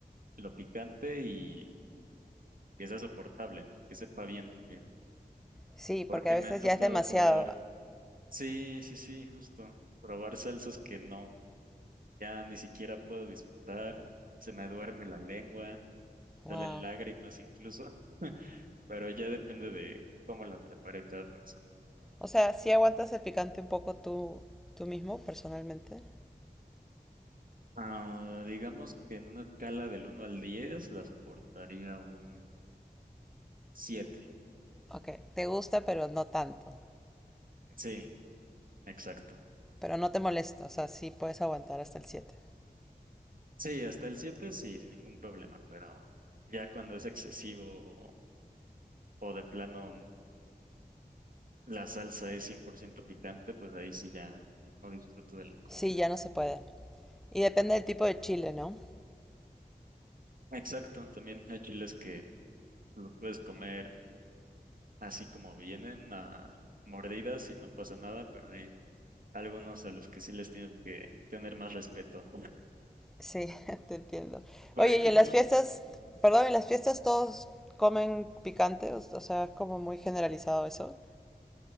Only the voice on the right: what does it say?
lo picante y que sea soportable, ¿no? Que sepa bien también.
Porque
me han tocado
probar, sí, sí, sí, justo, probar salsas que no, ya ni siquiera puedo disfrutar, se me duerme la lengua, salen
lágrimas incluso, pero ya depende de cómo la prepare cada persona.
Ah, digamos que en una escala del uno al 10 la soportaría un 7.
Sí, exacto.
Sí, hasta el 7 sí, sin ningún problema, pero ya cuando es excesivo o, o de plano mm, la salsa es 100% picante, pues ahí sí ya no disfruto de la comida.
Exacto, también hay chiles que los puedes comer así como vienen, a mordidas y no pasa nada, pero hay algunos a los que sí les tienes que tener más respeto.
Por
ejemplo,